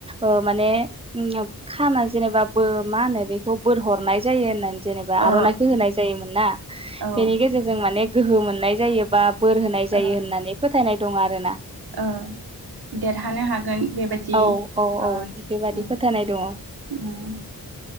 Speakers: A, on the right; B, on the right.
A: ओ माने उम खाना जेनेबा बो मा होनो बेखौ बोर हरनाय जायो होननानै जेनेबा
B: ओ
A: आर'नायखो होनाय जायोमोन ना।
B: ओ औ
A: बेनि गेजेरजों माने ने गोहो मोननाय जायोबा बोर होनाय जायो
B: ओ
A: होननानै फोथायनाय दं आरोना।
B: ओ देरहानो हागोन बेबायदि
A: औ औ
B: माबा
A: औ
B: मोनसे
A: बेबायदि
B: उम
A: फोथायानाय दङ।
B: उम